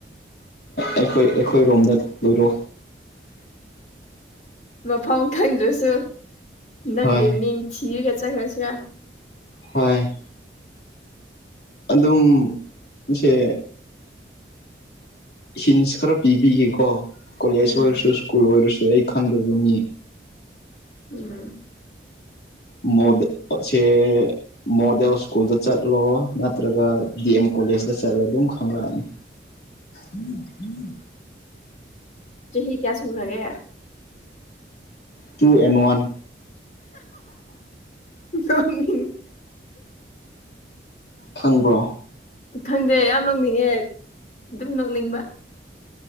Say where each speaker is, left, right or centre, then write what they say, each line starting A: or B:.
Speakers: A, on the left; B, on the left.
A: ꯑꯩꯈꯣꯏ ꯑꯩꯈꯣꯏꯔꯣꯝꯗ ꯂꯔꯣ
B: ꯃꯐꯝ ꯈꯪꯗ꯭ꯔꯁꯨ ꯅꯪꯒꯤ
A: ꯍꯣꯏ
B: ꯃꯤꯡ ꯊꯤꯔꯒ ꯆꯠꯈ꯭ꯔꯁꯨꯔ
A: ꯍꯣꯏ ꯑꯗꯨꯝ ꯁꯦ ꯍꯤꯟꯁ ꯈꯔ ꯄꯤꯕꯤꯒꯦꯀꯣ ꯀꯣꯂꯦꯖ
B: ꯎꯝ
A: ꯑꯣꯏꯔꯁꯨ ꯁ꯭ꯀꯨꯜ ꯑꯣꯏꯔꯁꯨ ꯑꯩ ꯈꯪꯗꯣꯏꯕ ꯃꯤ
B: ꯎꯝ
A: ꯃꯣꯗꯁꯦ ꯃꯣꯗꯦꯜ ꯁ꯭ꯀꯨꯜꯗ ꯆꯠꯂꯣ ꯅꯠꯇ꯭ꯔꯒ ꯗꯤ ꯑꯦꯝ ꯀꯣꯂꯦꯖꯇ ꯆꯠꯂꯣ ꯑꯗꯨꯝ ꯈꯪꯂꯛꯑꯅꯤ ꯎꯝ ꯎꯝ
B: ꯆꯍꯤꯍꯤ ꯀꯌꯥ ꯁꯟꯔꯒꯦ
A: ꯇꯨ ꯑꯦꯟ ꯋꯥꯟ
B: ꯅꯤ
A: ꯈꯪꯕ꯭ꯔꯣ
B: ꯈꯪꯗꯦ ꯌꯥꯝ ꯅꯣꯛꯅꯤꯡꯉꯦ ꯑꯗꯨꯝ ꯅꯣꯛꯅꯤꯡꯕ